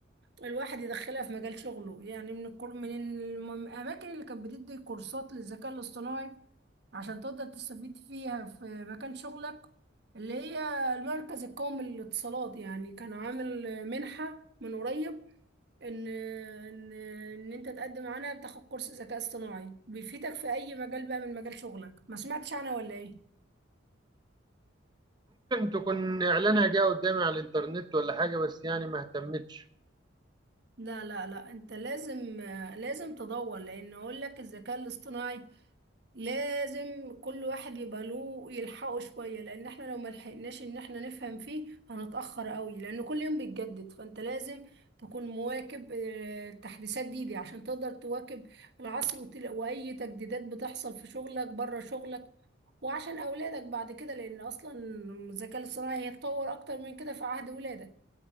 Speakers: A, on the right (about 55°); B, on the right (about 20°).
A: الواحد يدخلها في مجال شغله يعني من الكور من الم- الاماكن اللي كانت بتدي كورسات للذكاء الاصطناعي عشان تقدر تستفيد فيها في مكان شغلك اللي هي المركز القومي للاتصالات يعني كان عامل منحة من قريب ان ان ان انت تقدم عنها بتاخد كورس ذكاء اصطناعي بيفيدك في اي مجال بقى من مجال شغلك ما سمعتش عنها ولا ايه
B: تكون إعلانها جه قدامي على الإنترنت ولا حاجة بس يعني ما اهتمتش
A: لا لا لا انت لازم لازم تدور لان اقول لك الذكاء الاصطناعي لازم كل واحد يبقى له يلحقه شوية لان احنا لو ما لحقناش ان احنا نفهم فيه هنتأخر قوي لان كل يوم بيتجدد فانت لازم تكون مواكب آه، التحديثات دي, دي عشان تقدر تواكب العصر وتل- واي تجديدات بتحصل في شغلك بره شغلك وعشان اولادك بعد كده لان اصلا الذكاء الاصطناعي هيتطور اكتر من كده في عهد ولادك